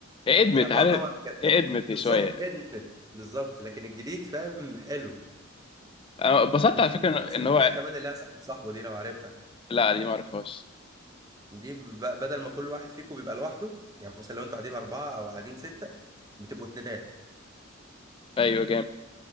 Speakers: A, on the left; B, on the right.
A: إيه، ادمت
B: هي اه
A: عارف
B: طبعا ك-
A: إيه،
B: ك-
A: ادمت
B: بالظبط
A: شويه
B: ادمت بالظبط لكن الجديد فاهم حلو
A: انا اتبسطت
B: وفي
A: على فكره
B: مثل
A: ان هو
B: منها كمان اللي هي صاحب صاحبه دي لو عارفها
A: لا دي ما اعرفهاش
B: دي ب- بدل ما كل واحد فيكم بيبقى لوحده يعني مثلا لو انتوا قاعدين أربعة أو قاعدين ستة بتبقوا اتنينات
A: ايوه جامد